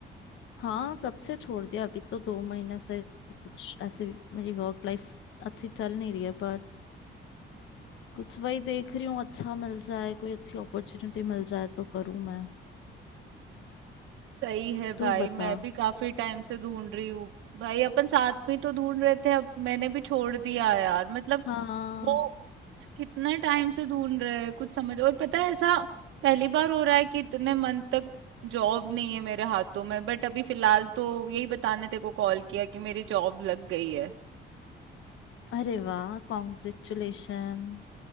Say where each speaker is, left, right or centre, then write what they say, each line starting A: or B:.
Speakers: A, on the left; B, on the right.
A: हाँ कब से छोड़ दिया अभी तो दो महीने से कुछ ऐसे मेरी वर्क लाइफ अच्छी चल नहीं रही है बट कुछ वही देख रही हूँ अच्छा मिल जाए कोई अच्छी अपॉर्चुनिटी मिल जाए तो करूँ मैं
B: सही है भाई
A: तू बता
B: मैं भी काफी टाइम से ढूंढ रही हूँ भाई अपन साथ में तो ढूंढ रहे थे अब मैंने भी छोड़ दिया यार मतलब
A: हाँ
B: वो कितने टाइम से ढूंढ रहे हैं कुछ समझ और पता है ऐसा पहली बार हो रहा है कि इतने मंथ तक जॉब नहीं है मेरे हाथों में बट अभी फिलहाल तो यही बताने तेरे को कॉल किया कि मेरी जॉब लग गई है
A: अरे वाह कॉन्ग्रेचुलेशन